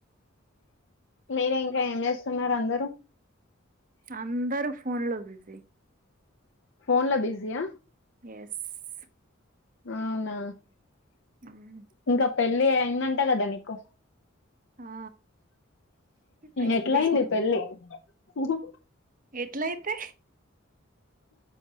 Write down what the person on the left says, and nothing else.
మీరు ఇంకా ఏం చేస్తున్నారు అందరూ
ఫోన్ లో బిజీ ఆ
అవునా
ఇంకా పెళ్ళి అయిందంటా కదా నీకు కో
ఎట్లాయింది పెళ్ళి ఉహు